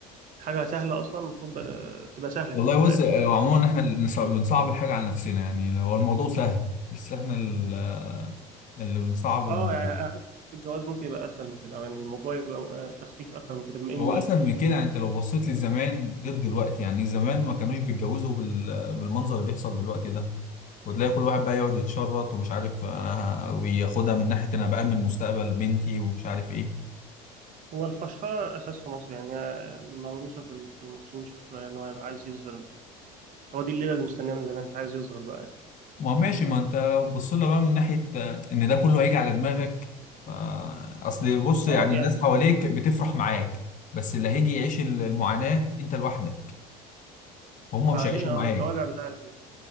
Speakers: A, on the right; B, on the left.
A: حاجة سهلة أصلا المفروض بقى- تبقى سهلة
B: والله
A: يعني بقت
B: بص آه، عموما احنا اللي بنص- بنصعب الحاجة على نفسنا يعني هو الموضوع سهل بس احنا ال- آه، اللي بنصعب
A: اه
B: الموضوع
A: يعني أحس الجواز ممكن يبقى اسهل من كده او يعني الموضوع يبقى آه، تخفيف اكتر من كده بما ان
B: هو
A: ال...
B: اسهل من كده يعني انت لو بصيت لزمان غير دلوقتي يعني زمان ما كانوش بيتجوزوا بال- بالمنظر اللي بيحصل دلوقتي ده وتلاقي كل واحد بقى يقعد يتشرط ومش عارف آه، وياخدها من ناحية انا بأمن مستقبل بنتي ومش عارف ايه
A: هو الفشخره اساس في مصر يعني هي موروثه في ال- في المصريين شويه ان هو يبقى عايز يظهر هو دي الليله اللي مستنيها من زمان فعايز يظهر بقى يعني.
B: ما هو ماشي ما انت لو بص لها بقى من ناحية آه، ان ده كله هيجي على دماغك آه، اصل بص يعني
A: اه يعني
B: الناس حواليك بتفرح معاك بس اللي هيجي يعيش ال- المعاناة انت لوحدك وهم
A: بعدين
B: مش هيعيشوا
A: اه
B: معاك
A: التوابع بتاع ال-